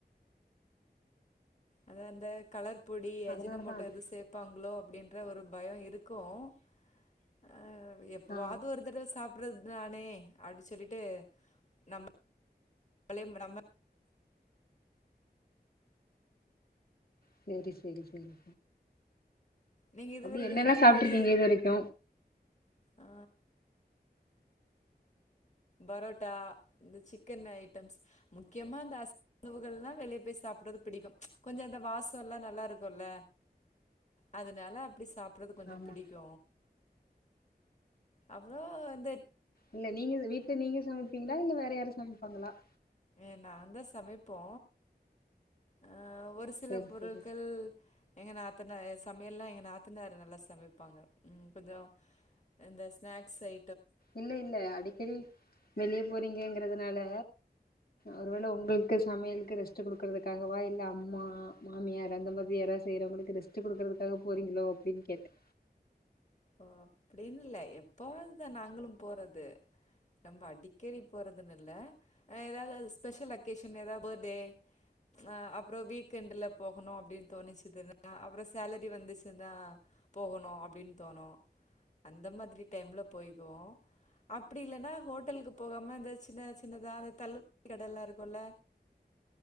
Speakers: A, on the left; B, on the left.
A: அது அந்த கலர் பொடி அஜினமொட்டொ
B: அதனாலதா அது
A: எது சேப்பாங்களோ அப்டின் ற ஒரு பய இருக்கு அ எப்பவாது
B: ஆ
A: ஒரு தடவ சாப் புர்றது தானே அப்டி சொல்லிட்டு நம்மளே நம்ம <inaudible>
B: சேரி சேரி சேரி
A: நீங்க இது
B: அப்டி
A: வரைக்கு
B: என்னல்லா
A: இதுக்கு
B: சாப்ட்ருக்கீங்க
A: முன்னாடி
B: இது வரைக்கு
A: ஆ பரோட்டா இந்த சிக்கன் ஐட்டம்ஸ் முக்கியமா அந்த அசைவ உணவுகள்லா வெளிய போய் சாப்புறது பிடிக்கும் கொஞ்ச‌ அந்த வாசல்லா நல்லாருக்குல்ல அதுனால அப்டி சாப் புறது கொஞ்ச
B: ஆமா
A: பிடிக்கு அப்றோ அந்த
B: இல்ல நீங்கது வீட் ல சமப்பீங்ளா இல்ல வேற யாரு சமைப்பாங்களா? ஆ
A: ஏ நாந்தா சமைப்போ அ ஒரு சில
B: சேரி
A: பொருள்கள்
B: சேரி
A: எங்க நா த்தனா சமையல்லா‌ எங்க நாத்தனார் நல்லா சமைப்பாங்க கொஞ்ச இந்த ஸ்நாக்ஸ் ஐ
B: இல்ல இல்ல அடிக்கடி வெளிய போறீங்கங்கிறதுனால ஒருவேள ஒங்கள்க்கு சமையலுக்கு ரெஸ்ட் குடுக்குறதுக்காகவா இல்ல அம்மா மாமியார் அந்த மாதிரி யாரா செய்றவுங்களுக்கு ரெஸ்ட் குடுக்குறதுக்காக போறீங்களோ அப்டின் கேட்டே
A: ஓ அப்டின் இல்ல எப்பவாதுதா நாங்களும் போறது நம்ப அடிக்கடி போறதுன் இல்ல அ எதாவ்து அது ஸ்பெஷல் அகேஷன் எதா பர்த்டே அ அப்றொ வீக்கெண்டுல போகணு அப்டின் தோணிச்சிதுன்னா அப்பறொ சேலரி வந்துச்சுன்னா போகணு அப்டின் தோணு அந்த மாதிரி டைம்ல போய்க்குவோ அப்டி இல்லன்னா ஹோட்டல்க்கு போகாம இந்த சின்ன சின்னதா அந்த தள்ளு வண்டி கடல்லா இருக்குல்ல